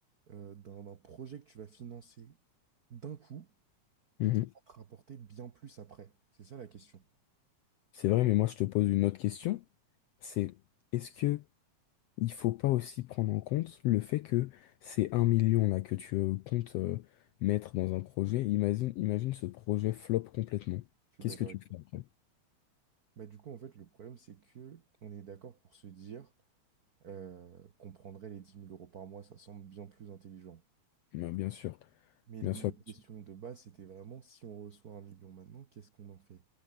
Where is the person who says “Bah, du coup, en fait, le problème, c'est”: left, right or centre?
Right